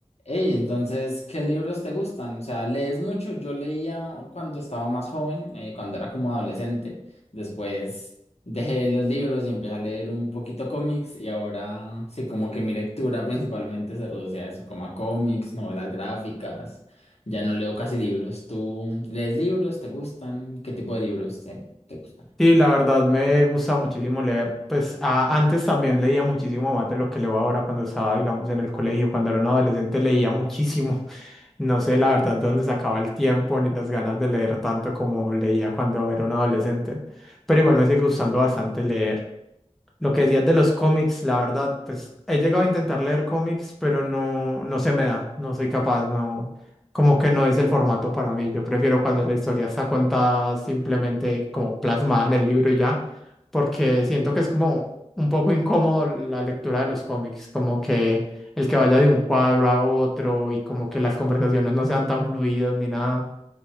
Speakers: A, on the left; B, in the centre.
A: Ey, entonces, ¿qué libros te gustan? O sea, ¿lees mucho? Yo leía cuando estaba más joven, eh, cuando era como adolescente. Después dejé los libros y empecé a leer un poquito cómics y ahora sí, como que mi lectura principalmente se reduce a eso, como a cómics, novelas gráficas. Ya no leo casi libros. ¿Tú lees libros? ¿Te gustan? ¿Qué tipo de libros te, te gustan?
B: Sí, la verdad me gusta muchísimo leer. Pues a- antes también leía muchísimo más de lo que leo ahora cuando estaba, digamos, en el colegio. Cuando era un adolescente leía muchísimo. <laughs> No sé la verdad de dónde sacaba el tiempo ni las ganas de leer tanto como leía cuando era un adolescente. Pero igual me sigue gustando bastante leer. Lo que decías de los cómics, la verdad, pues he llegado a intentar leer cómics, pero no, no se me da, no soy capaz, no, como que no es el formato para mí. Yo prefiero cuando la historia está contada simplemente como plasmada en el libro y ya, porque siento que es como un poco incómodo la lectura de los cómics, como que el que vaya de un cuadro a otro y como que las conversaciones no sean tan fluidas ni nada.